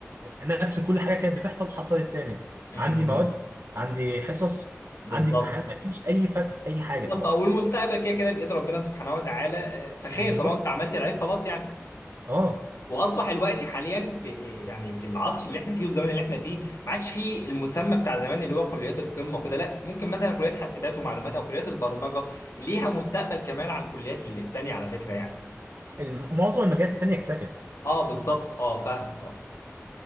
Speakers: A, on the right; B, on the left.
A: نفس كل حاجه كانت بتحصل حصلت تاني
B: امم
A: عندي مواد عندي حصص
B: بالظبط
A: عندي امتحان ما فيش اي فرق في اي حاجه
B: بالظبط
A: طبعا
B: او المستقبل كده كده بايد ربنا سبحانه وتعالى آه، فخير
A: بالظبط
B: طالما انت عملت العيب خلاص يعني
A: اه
B: واصبح الوقت حاليا في يعني في العصر اللي احنا فيه والزمان اللي احنا فيه ما عادش فيه المسمى بتاع زمان اللي هو كليات القمه وكده لا ممكن مثلا كليات حاسبات ومعلومات او كليات البرمجه ليها مستقبل كمان عن الكليات اللي- التانيه على فكره يعني
A: الم- معظم المجالات التانيه اكتفت
B: اه بالظبط اه فاهمك اه